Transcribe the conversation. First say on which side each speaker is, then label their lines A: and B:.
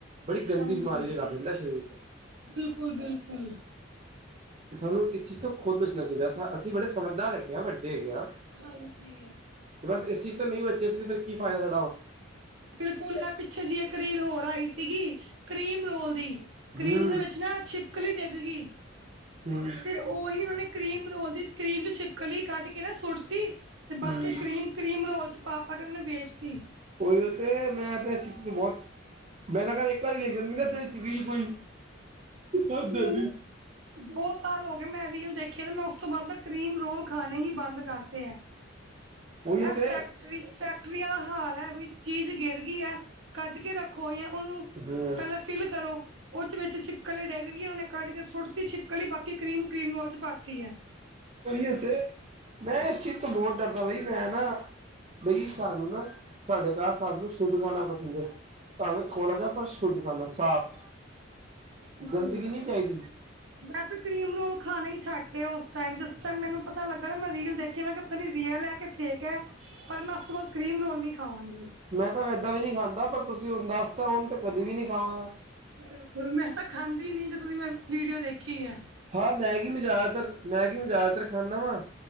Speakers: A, on the right; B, on the right.
A: ਬੜੀ ਗੰਦੀ
B: ਹਾਂਜੀ
A: ਬਿਮਾਰੀ ਚ ਕਰ ਦਿੰਦਾ ਸਰੀਰ ਚ
B: ਬਿਲਕੁਲ ਬਿਲਕੁਲ।
A: ਤੁਹਾਨੂੰ ਇਸ ਚੀਜ਼ ਤੋਂ ਖੁਦ ਬਚਣਾ ਚਾਹੀਦਾ ਅਸੀਂ ਬੜੇ ਸਮਝਦਾਰ ਹੈਗੇ ਹਾਂ ਵੱਡੇ ਹੈਗੇ ਹਾਂ।
B: ਹਾਂਜੀ
A: ਤੇ ਬਸ ਇਸ ਚੀਜ਼ ਤਾਂ ਨਹੀਂ ਬਚੇ ਸੀ ਫੇਰ ਕੀ ਫਾਇਦਾ
B: ਬਿਲਕੁਲ ਇਹ ਪਿੱਛੇ ਜਿਹੀ ਇਕ ਰੀਲ ਹੋਰ ਆਈ ਸੀਗੀ ਕਰੀਮ ਰੋਲ ਦੀ। ਕਰੀਮ
A: ਹੂੰ
B: ਦੇ ਵਿੱਚ ਨਾ ਛਿਪਕਲੀ ਡਿੱਗ ਗਈ।
A: ਹਮ।
B: ਤੇ ਉਹੀ ਉਹ ਨੇ ਕਰੀਮ ਰੋਲ‌ ਦੀ ਕਰੀਮ ਚ ਛਿਪਕਲੀ ਕੱਢ ਕੇ ਨਾ ਸੁੱਟਤੀ ਤੇ ਬਾਕੀ
A: ਹੂੰ
B: ਕਰੀਮ ਕਰੀਮ ਰੋਲ ਚ ਪਾ, ਪਾ ਕੇ ਉਨੇ ਵੇਚਤੀ।
A: ਉਹੀੳ ਤੇ ਮੈਂ ਤਾਂ ਇਹ ਚਿੱਜ ਤੋਂ ਬਹੁਤ ਮੈਂ ਨਾ ਕਰ ਇੱਕ ਵਾਰੀ ਜਾਂਦੀ ਨਾ ਰੀਲ ਕੋਈ ਉਹੀ
B: ਮੈਨੂੰ ਦੋ ਸਾਲ ਹੋ ਗਏ ਮੈਂ ਰੀਲ ਦੇਖਿਆ ਮੈਂ ਉਸ ਤੋਂ ਬਾਅਦ ਕਰੀਮ ਰੋਲ ਖਾਣੇ ਹੀ ਬੰਦ ਕਰਤੇ ਹੈ।
A: ੳਹੀੳ
B: ਇਹ
A: ਤੇ
B: ਫੈਕਟਰੀ ਫੈਕਟਰੀਆਂ ਦਾ ਹਾਲ ਹੈ ਬਈ ਚੀਜ਼ ਗਿਰ ਗਈ ਹੈ ਕੱਜ ਕੇ ਰੱਖੋ ਇਹ ਉਹਨੂੰ
A: ਹਮ
B: ਪਹਿਲਾਂ ਫਿਲ ਕਰੋ। ਉਸ ਵਿੱਚ ਛਿਪਕਲੀ ਡਿੱਗ ਗਈ, ਉਹਨੇ ਕੱਢ ਕੇ ਸੁੱਟਤੀ ਛਿਪਕਲੀ ਬਾਕੀ ਕਰੀਮ, ਕਰੀਮ ਰੋਲ ਚ ਪਾਤੀ ਹੈ।
A: ਉਹੀ ਉੱਥੇ ਮੈਂ ਇਸ ਚੀਜ਼ ਤੋਂ ਬਹੁਤ ਡਰਦਾ ਬਾਈ ਮੈਂ ਨਾ ਬਈ ਸਾਨੂੰ ਨਾ ਤੁਹਾਡੇ ਘਰ ਸਬ ਨੂੰ ਸ਼ੁੱਧ ਖਾਣਾ ਪਸੰਦ ਹੈ। ਖੋੜਾ ਜਾ ਪਰ ਸ਼ੁੱਧ ਸਾਫ਼। ਗੰਦਗੀ
B: ਹਮ
A: ਨਹੀਂ ਚਾਹੀਦੀ
B: ਮੈਂ ਤਾਂ ਕਰੀਮ ਰੋਲ ਖਾਣਾ ਹੀ ਛੱਡ ਆ ਉਸ ਟਾਈਮ ਜਿਸ ਟਾਈਮ ਮੈਨੂੰ ਪਤਾ ਲੱਗਾ ਨਾ ਮੈਂ ਰੀਲ ਦੇਖਿਆ ਮੈਂ ਕਿਹਾ ਪਤਾ ਨੀ ਰੀਅਲ ਹੈ ਕਿ ਫੇਕ ਹੈ ਪਰ ਮੈਂ ਉਸ ਤੋਂ ਬਾਅਦ ਕਰੀਮ ਰੋਲ ਨੀ ਖਾਵਾਂਗੀ।
A: ਮੈਂ ਤਾਂ ਇੱਦਾਂ ਵੀ ਨਹੀ ਖਾਂਦਾ, ਪਰ ਤੁਸੀਂ ਹੁਣ ਦੱਸ ਤਾਂ ਹੁਣ ਤੇ ਕਦੀ ਵੀ ਨਹੀਂ ਖਾਵਾਂਗਾ।
B: ਬਿਲਕੁਲ ਮੈਂ ਤਾਂ ਖਾਂਦੀ ਨੀ, ਜਦੋਂ ਦੀ ਮੈਂ ਵੀਡੀਓ ਦੇਖੀ ਐ
A: ਹਾਂ ਮੈਗੀ ਮੈਂ ਜ਼ਿਆਦਾਤਰ ਮੈਗੀ ਮੈਂ ਜ਼ਿਆਦਾਤਰ ਖਾਨਾ ਵਾ